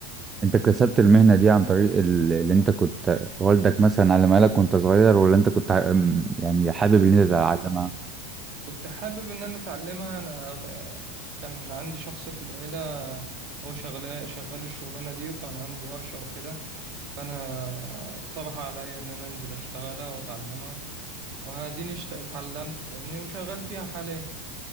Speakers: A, on the right (about 25°); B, on the right (about 50°).
A: انت اكتسبت المهنه دي عن طريق ال- اللي انت كنت والدك مثلا علمها لك وانت صغير ولا انت كنت ع- يعني حابب
B: آه،
A: ان انت تتعلمها
B: كنت حابب إن أنا أتعلمها أنا آه، كان عندي شخص في العيلة هو شغال شغال الشغلانة دي وكان عنده ورشة وكده فأنا اقترح عليا إن أنا أنزل أشتغلها وأتعلمها وهاديني اشت- اتعلمت فاهمني وشغال فيها حاليا